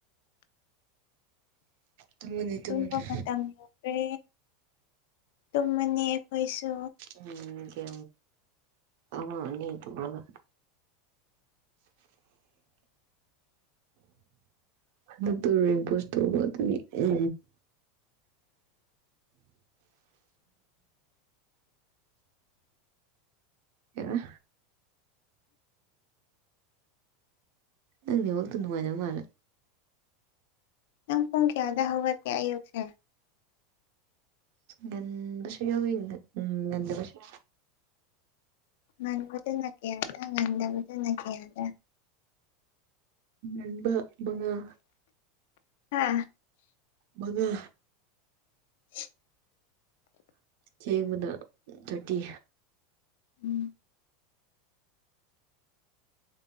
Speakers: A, on the right (about 65°); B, on the left (about 70°).
A: ꯇꯨꯝꯃꯅꯤ
B: ꯇꯨꯝꯕ
A: ꯇꯨꯝꯃꯅꯤ
B: ꯃꯇꯝ ꯌꯈ꯭ꯔꯦ ꯇꯨꯝꯃꯅꯤ ꯑꯩꯈꯣꯏꯁꯨ
A: ꯎꯝ ꯀ ꯑ ꯅꯇꯕꯂ
B: <inaudible>
A: ꯑꯗꯨ ꯇꯄꯁ ꯇꯧꯕ ꯑꯗꯨ ꯎ
B: <inaudible>
A: ꯑꯦ ꯅꯪꯅꯦꯉꯛꯇ ꯅꯨꯡꯉꯥꯏꯖꯕ ꯃꯥꯂꯦ
B: ꯅꯪ ꯄꯣꯣꯡ ꯀ ꯑꯗ ꯍꯋꯥ ꯀꯌꯥ ꯌꯨꯁ
A: ꯒꯟꯁ ꯌꯥꯣ ꯎꯝ ꯟꯗꯕꯁ
B: ꯅꯟꯕꯗꯨ ꯅ ꯀꯌꯥꯗ ꯉꯟꯗꯕꯨꯗꯨ ꯅ ꯀꯌꯥꯗ
A: ꯏꯝꯕ ꯃꯉ
B: ꯑꯥ
A: ꯃꯗꯨ
B: <inaudible>
A: ꯆꯦꯡꯕꯗ ꯆꯇꯤ
B: ꯎꯝ